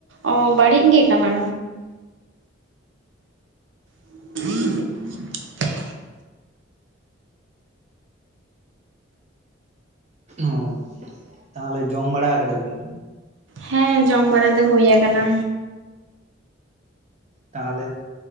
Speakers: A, on the right (about 80°); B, on the right (about 35°).
A: ᱚ ᱵᱟᱹᱲᱤᱡ ᱜᱮ ᱠᱟᱱᱟ᱾ <inaudible>
B: ᱚ ᱛᱟᱦᱚᱞᱮ ᱡᱚᱢ ᱵᱟᱲᱟ ᱠᱟᱫᱟ ᱵᱤᱱ᱾
A: ᱦᱮᱸ ᱡᱚᱢ ᱵᱟᱲᱟ ᱫᱚ ᱦᱩᱭ ᱟᱠᱟᱱᱟ᱾
B: ᱛᱟᱦᱚᱞᱮ